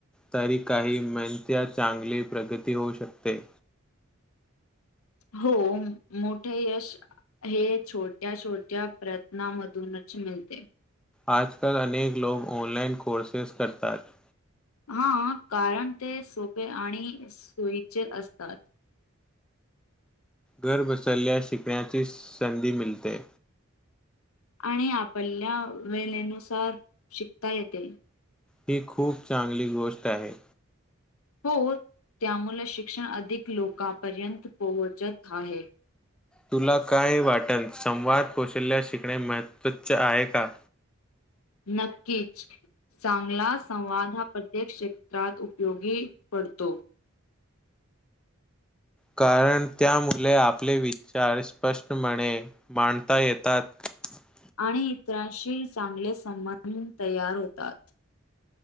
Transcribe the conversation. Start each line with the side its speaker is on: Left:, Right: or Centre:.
Centre: तरी काही <unintelligible> चांगली प्रगती होऊ शकते.
Left: हो मोठे यश हे छोट्या छोट्या प्रयत्नामधूनच मीलते.
Centre: आजकाल अनेक लोक ऑनलाइन कोर्सेस करतात.
Left: हां कारण ते सोपे आणि सोयीचे असतात.
Centre: घर बसल्या शिकण्याची संधी मिळते.
Left: आणि आपल्या वेलेनुसार शिकता येते.
Centre: ही खूप चांगली गोष्ट आहे.
Left: हो त्यामुले शिक्षण अधिक लोकांपर्यंत पोहोचत आहे.
Centre: तुला काय वाटल संवाद कौशल्य शिकणे महत्त्वाचे आहे का?
Left: नक्कीच चांगला संवाद हा प्रत्येक क्षेत्रात उपयोगी पडतो.
Centre: कारण त्या मुले आपले विचार स्पष्ट मांड मांडता येतात. <inaudible>
Left: आणि इतरांशी चांगले संबंध तयार होतात.